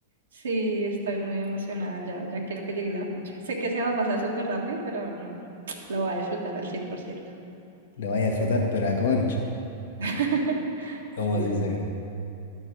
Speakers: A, on the right; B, on the left.
A: sí, estoy muy emocionada ya, ya quiero que llegue la fecha. Sé que se va a pasar súper rápido, pero no, lo voy a disfrutar al 100%.
B: Le vaya a disfrutar, pero a concho,
A: <laughs> Sí.
B: como se dice acá.